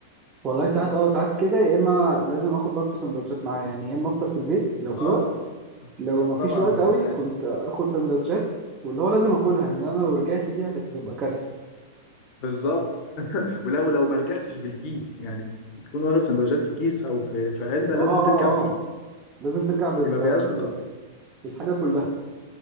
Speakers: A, on the right; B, on the left.
A: والله ساعات اه ساعات كده يا اما لازم اخد برضو سندوتشات معايا يعني يا اما افطر في البيت لو في
B: اه
A: وقت
B: السندوتشات
A: لو ما فيش
B: طبعا
A: وقت
B: ده
A: قوي
B: اساسي
A: كنت اخد سندوتشات واللي هو لازم اكلها يعني انا لو رجعت بيها كانت هتبقى كارثه
B: بالظبط ولو لو ما رجعتش بالكيس يعني بتكون واخد سندوتشات في كيس او في في علبه
A: اه
B: لازم
A: اه
B: ترجع بيها
A: اه لازم ترجع بال...
B: دي ما فيهاش نقاش
A: ب- بالحاجه كلها